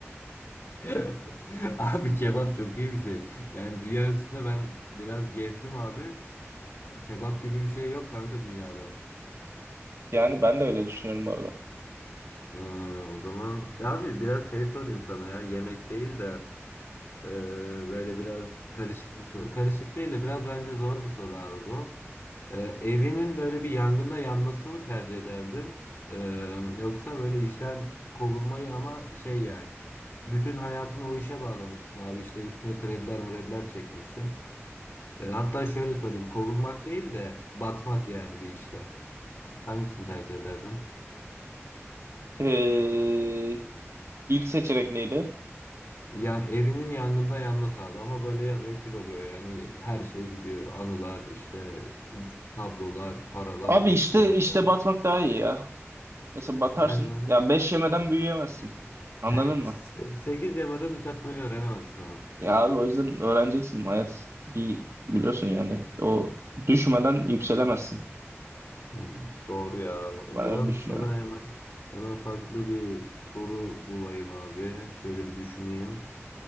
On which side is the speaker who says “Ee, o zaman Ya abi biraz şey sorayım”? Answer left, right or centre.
Left